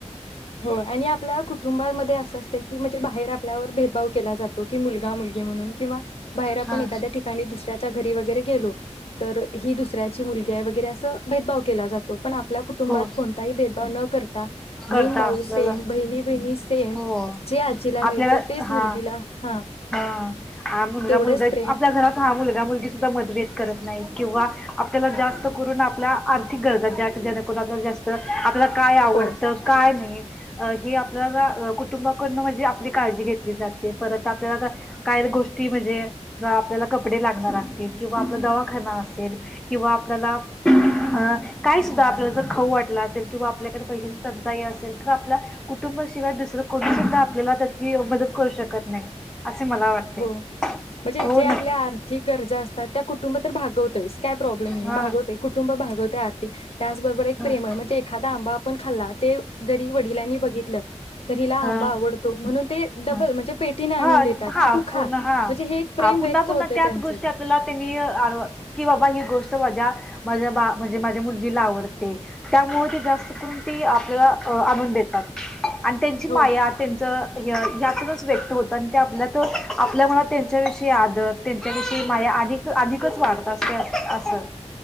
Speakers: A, on the left; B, in the centre.
A: होय, आणि आपल्या कुटुंबामध्ये असं असतंय की म्हणजे बाहेर आपल्यावर भेदभाव केला जातो की मुलगा-मुलगी म्हणून किंवा बाहेर आपण
B: हा
A: एखाद्या ठिकाणी दुसऱ्या च्या घरी वगैरे गेलो, तर ही दुसऱ्याची मुलगी आहे वगैरे असं भेदभाव केला जातो. पण आपल्या कुटुबात
B: हो
A: कोणताही भेद न करता, बहीण
B: करता
A: भाऊ
B: आपल्याला
A: सेम बहिणी बहिणी सेम
B: हो
A: जे आजीला मिळतं
B: आपल्याला
A: तेच
B: हा
A: मुलगीला हा
B: हा हा मुलगा
A: तेवढंच
B: -मुलगा
A: प्रेम
B: आपल्या घरात हा मुलगा -मुलगी सुद्धा मतभेद करत नाहीत किंवा आपल्याला जास्त करून आपल्या आर्थिक गरजा ज्या जेणेकरून आपल्या जास्त आपल्याला, काय आवडतं?
A: हो
B: काय नाही हे आपल्याला कुटुंबाकडन म्हणजे आपली काळजी घेतली जाते. परत आपल्याला आता काय गोष्टी म्हणजे आपल्याला कपडे लागणार असतील किंवा आपलं दवाखाना असेल किंवा आपल्याला अ काय सुद्धा आपल्याला जर खाऊ वाटला असेल किंवा आपल्याकडे पैसे, टंचाई असेल तर आपल्या कुटुंबाशिवाय दुसरं कोणी सुद्धा आपल्याला त्याची मदत करू शकत नाही. असे मला वाटते
A: हो म्हणजे
B: हो
A: जे आपल्या
B: नक्की
A: आर्थिक गरजा असतात त्या कु कुटुंब तर भागवतययस. काय प्रॉब्लेम नाही,
B: हा
A: भागवतय कुटुंब भागवतय अर्थी ते त्याचबरोबर एक
B: ह
A: प्रेमळ
B: ह
A: म्हणजे एखादा आंबा आपण खाल्लात त्या, ते जरी वडिलांनी बघितलं, तर हिला
B: ह
A: आंबा आवडतो म्हणून ते डबल
B: ह
A: म्हणजे, पेटीने आणून
B: हा
A: देतात.
B: हा
A: की तू खा
B: पुन हा
A: म्हणजे हे एक प्रेम
B: हा पुन्हा
A: व्यक्त
B: पुन्हा
A: होतय
B: त्याच
A: त्यांचं
B: गोष्टी आपल्याला तेनि आ की बाबा ही गोष्ट माझ्या, माझ्या बा म्हणजे माझ्या मुलगीला आवडते, त्यामुळे जास्त करून ती आपल्याला आणून देतात. आणि त्यांची
A: हो
B: माया त्यांच य यातूनच व्यक्त होतान आपल्या त आपल्या मनात त्यांच्याविषयी आदर त्यांच्याविषयी माया अधिक अधिकच वाढत असते अस असं.